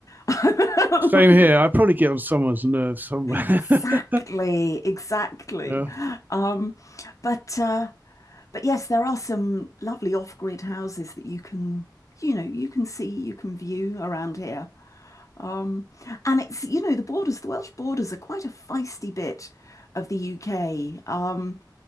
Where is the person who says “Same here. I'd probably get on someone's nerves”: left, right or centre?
Right